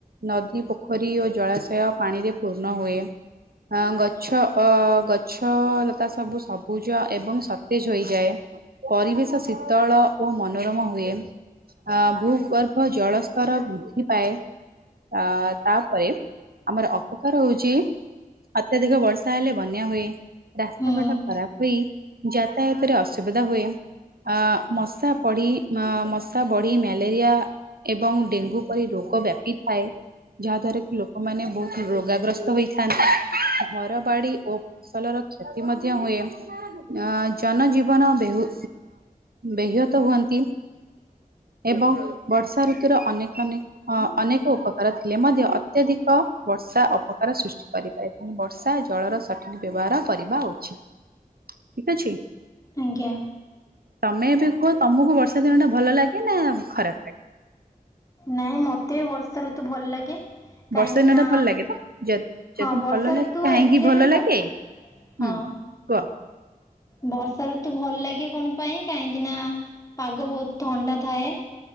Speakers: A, on the right; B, on the left.
A: ନଦୀ ପୋଖରୀ ଓ ଜଳାଶୟ ପାଣିରେ ପୂର୍ଣ୍ଣ ହୁଏ ଗଛ ଗଛ ଅ ଗଛ ଲତା ସବୁ ସବୁଜ ଏବଂ ସତେଜ ହୋଇଯାଏ? ପରିବେଶ ଶୀତଳ ଓ ମନୋରମ ହୁଏ ଅ ଭୂଗର୍ଭ ଜଳସ୍ତର ବୃଦ୍ଧି ପାଏ ଅ ତାପରେ ଆମର ଅପକାର ହଉଛି ଅତ୍ୟଧିକ ବର୍ଷ ବର୍ଷା ହେଲେ ବନ୍ୟା ହୁଏ ରାସ୍ତାଘାଟ
B: ହୁଁ
A: ଖରାପ ହୁଏ ଯାତାୟାତରେ ଅସୁବିଧା ହୁଏ ଅ ମଶା ପଢଡ଼ି ମଶା ବଢ଼ି ମ୍ୟାଲେରିଆ ଏବଂ ଡେଙ୍ଗୁ ପରି ରୋଗ ବ୍ୟାପିଥାଏ ଯାହା ଦ୍ଵାରା କି ଲୋକମାନେ ବହୁତ ରୋଗାଗ୍ରସ୍ତ ହେଇଥାନ୍ତି ଘ <unintelligible> ଘର ବାଡି ଓ ଫସଲର କ୍ଷତି ମଧ୍ୟ ହୁଏ। ଅ ଜନଜୀବନ ବହୁ ବହତ ହୁଅନ୍ତି। ଏବଂ ବର୍ଷା ଋତୁର ଅନେକ ଅନେକ। ହଁ ଅନେକ ଉପକାର ଥିଲେ ମଧ୍ୟ ଅତ୍ୟଧିକ ବର୍ଷା ଅପକାର ସୃଷ୍ଟି କରିପାରେ ତେଣୁ ବର୍ଷା ଜଳର ସଠିକ ବ୍ୟବହାର କରିବା ଉଚିତ ଠିକ ଅଛି।
B: ଆଜ୍ଞା।
A: ତମେ ଏବେ କୁହ ତମକୁ ବର୍ଷା ଦିନ ଟା ଭଲ ଲାଗେ ନା ଖରାପ ଲାଗେ।
B: ନାଇଁ ମୋତେ ବି ବର୍ଷା ଋତୁ ଭଲ ଲାଗେ। କାହିଁକି
A: ବର୍ଷା ଦିନ
B: ନା
A: ଟା ଭଲ ଲାଗେ ତ ଯ- ଯଦି
B: ହଁ ବର୍ଷା
A: ଭଲ ଲାଗେ
B: ଋତୁ
A: କାହିଁକି
B: ଏମିତିରେ ବି ଭଲ
A: ଲାଗେ ହୁଁ
B: ହଁ।
A: କୁହ
B: ବର୍ଷା ଋତୁ ଭଲ ଲାଗେ କଣ ପାଇଁ କାହିଁକି ନା ପାଗ ବହୁତ ଥଣ୍ଡା ଥାଏ।